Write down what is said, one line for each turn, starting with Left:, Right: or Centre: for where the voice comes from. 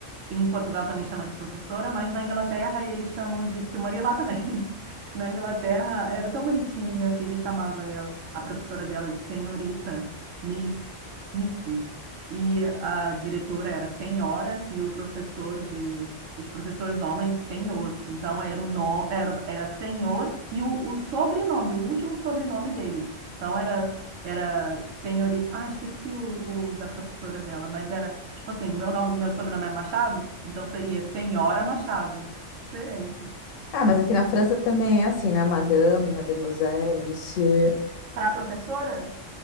Right: Em Portugal também chama de professora, mas na Inglaterra eles chamam de, porque eu morei lá também. <laughs> Na Inglaterra era tão bonitinho, minha filha chamava ela, a professora dela de senhorita, Miss, missis E a diretora era senhora e o professor de, os professores homens, senhor. Então era o no, era, era senhor e o, o sobrenome, o último sobrenome deles. Então era era senhorita. Ah, esqueci o, o da professora dela, mas era tipo assim: meu nome, meu sobrenome é Machado, então seria Senhora Machado. Diferente.
Left: ah, mas aqui na França também é assim, né? Madame, mademoiselle, monsieur.
Right: Para a professora?